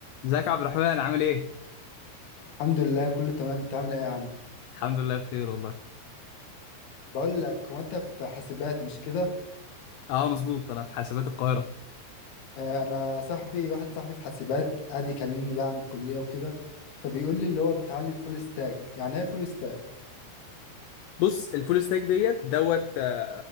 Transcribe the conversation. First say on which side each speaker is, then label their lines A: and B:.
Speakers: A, on the left; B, on the left.
A: ازيك يا عبد الرحمن عامل ايه؟
B: الحمد لله كله تمام انت عامل ايه يا عم
A: الحمد لله بخير والله.
B: بقول لك هو انت في حاسبات مش كده
A: اه مظبوط انا في حاسبات القاهرة.
B: آه انا صاحبي واحد صاحبي في حاسبات قاعد يكلمني بقى عن الكلية وكده فبيقول لي اللي هو بيتعلم فول ستاك يعني ايه فول ستاك
A: بص الفول ستاك ديت دوت آه،